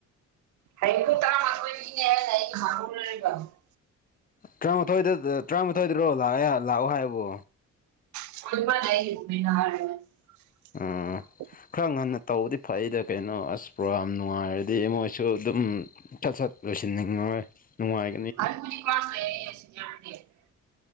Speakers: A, on the right; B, on the left.
A: ꯍꯌꯦꯡ ꯄꯨꯡ ꯇꯔꯥ ꯃꯊꯣꯏ ꯗꯒꯤꯅꯦ ꯍꯥꯏꯗꯥꯏꯅꯦ <unintelligible>
B: ꯇꯔꯥꯃꯥꯊꯣꯏꯗ ꯇꯔꯥꯃꯥꯊꯣꯏꯗꯔꯣ ꯂꯥꯛꯑ ꯂꯥꯛꯑꯣ ꯍꯥꯏꯕꯣ
A: <unintelligible> <inaudible>
B: ꯑꯥ ꯈꯔ ꯉꯟꯅ ꯇꯧꯕꯗꯤ ꯐꯩꯗ ꯀꯩꯅꯣ ꯑꯁ ꯄ꯭ꯔꯣꯒꯥꯝ ꯅꯨꯡꯉꯥꯏꯔꯗꯤ ꯃꯣꯏꯁꯨ ꯑꯗꯨꯝ ꯁꯠ ꯁꯠ ꯂꯣꯏꯁꯤꯟꯅꯤꯡꯉꯔꯣꯏ ꯅꯨꯡꯉꯥꯏ
A: <unintelligible>